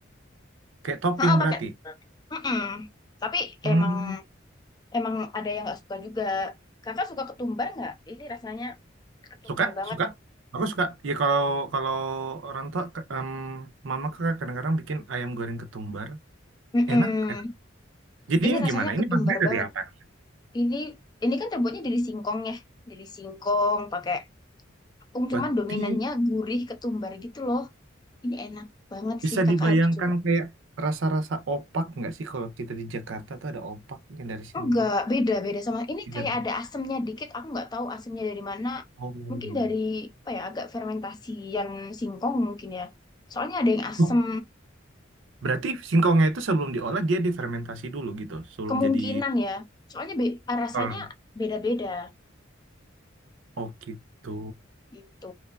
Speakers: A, on the right; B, on the left.
A: Kayak topping
B: Heeh,
A: berarti.
B: pakai. Mm-mm. Tapi
A: Hmm.
B: emang emang ada yang nggak suka juga. Kakak suka ketumbar nggak? Ini rasanya ketumbar
A: Suka?
B: banget.
A: Suka? Aku suka. Ya kalau kalau orang tua ke- em, mama kakak kadang-kadang bikin ayam goreng ketumbar.
B: Mm-mm.
A: Enak, enak. Jadi
B: Ini
A: ini
B: rasanya
A: gimana? Ini
B: ketumbar
A: bahannya dari
B: banget.
A: apa? nih?
B: Ini ini kan terbuatnya dari singkong ya, dari singkong pakai tepung cuman
A: Berarti
B: dominannya gurih ketumbar gitu loh. Ini enak banget
A: bisa
B: sih kakak
A: dibayangkan
B: harus coba.
A: kayak rasa-rasa opak nggak sih kalau kita di Jakarta tuh ada opak yang dari singkong.
B: Enggak, beda beda sama ini
A: Tidak.
B: kayak ada asemnya dikit. Aku nggak tahu asemnya dari mana.
A: Oh.
B: Mungkin dari apa ya agak fermentasian singkong mungkin ya. Soalnya ada yang asem
A: Oh, Berarti singkongnya itu sebelum diolah dia difermentasi dulu gitu, sebelum
B: kemungkinan
A: jadi
B: ya. Soalnya be- rasanya
A: wortel.
B: beda-beda
A: Oh gitu.
B: gitu.